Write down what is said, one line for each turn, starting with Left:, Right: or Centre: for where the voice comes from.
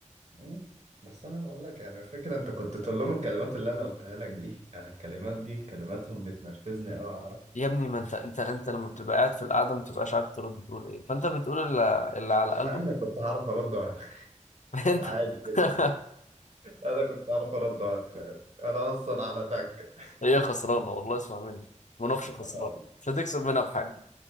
Right: مم. بس انا بقول لك يعني الفكره انت كنت تقول لهم الكلمات اللي انا قلتها لك دي انا الكلمات دي كلماتهم بتنرفزني قوي اعرف
Left: يا ابني ما انت انت انت لما بتبقى قاعد في القعده ما بتبقاش عارف ترد بتقول ايه فانت بتقول اللي, اللي على قلبك
Right: لا انا كنت هعرف ارد وأتخ-
Left: <laughs> انت
Right: <laughs> عادي جدا
Left: <laughs>
Right: انا كنت هعرف ارد واتخيل انا اصلا على تك
Left: هي خسرانه والله اسمع مني مناقشه خسرانه
Right: آه.
Left: مش هتكسب منها بحاجه